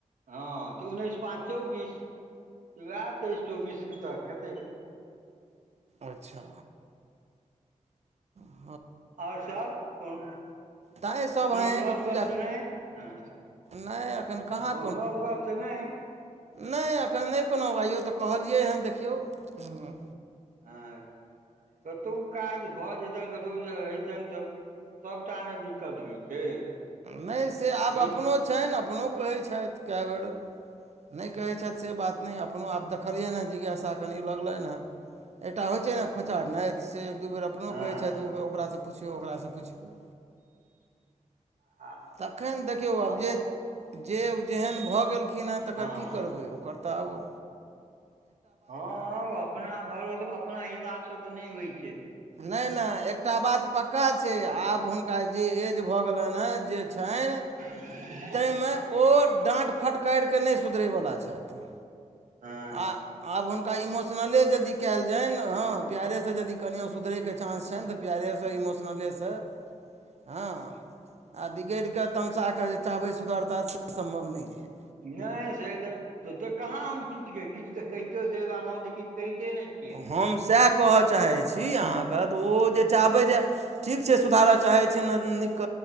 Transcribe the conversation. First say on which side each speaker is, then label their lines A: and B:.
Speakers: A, on the right; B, on the right.
A: हँ तऽ उन्नैस पाँच चौबीस तऽ ओएह तेइस चौबीसके तक हेतै।
B: अच्छा ह
A: आओर सभ कोनो
B: तैँ सभ
A: कोनो
B: हँइ हँइ
A: नव
B: कऽ पूजा
A: गप तऽ नहि ह।
B: नहि एखन कहाँ
A: कोनो नब गप तऽ नहि?
B: नहि एखनि नहि कोनो आइयो तऽ कहलियै हैं देखियौ, हूं
A: आछा कतहु काज भऽ जे ने कतौ जे रहितनि तऽ सबटा ने दिक्कत होइ छै
B: नहि से आब
A: बेस
B: अपनो छनि अपनो कहै छथि कए बेर नहि कहै
A: हँ
B: छथि से बात नहि अपनो आब देखलियैन हैं जिज्ञासा कनि लगलैन हैं। एकटा होइ छै ने
A: हँ
B: खोचारनाइ त से एक दू बेर अपनो
A: हँ
B: कहै छथि जे ओ ओकरासँ पुछियौ
A: हँ
B: ओकरासँ पुछियौ।
A: आ
B: तखनि देखियौ आब जे
A: ओकर
B: जे जेहन भऽ गेलखिन हैं तकर
A: हँ
B: की करबै ओ ओकर त आब ओ
A: हँ अपना भरोस अपना हिसाबसे तऽ नहि होइ छै।
B: नहि नहि एकटा बात पक्का छै आब हुनका जे एज जे भऽ गेलनि हैं जे छनि
A: <inaudible>
B: तइमे ओ डाँट फटकारि कऽ नहि सुधरैवला छथि।
A: हँ
B: आ आब हुनका इमोशनले जदि कयल जानि हँ प्यारेसँ जदि कनियो सुधरैके चांस छनिऽ त प्यारेस इमोशनलेसे हँ आ बिगड़ि कऽ तमसाक जे चाहबै सुधरता से सम्भव नइ ऐ।
A: नहि से त त त कहाँ हम किछ कहै छी किछ त कहितो तै दुआरे हम तऽ किछ कहिते नै छियैन।
B: हम सैह कहऽ चाहै छी अहाँके तऽ ओ जे चाहबै जे ठीक छै सुधारय चाहै छियनि ने नीक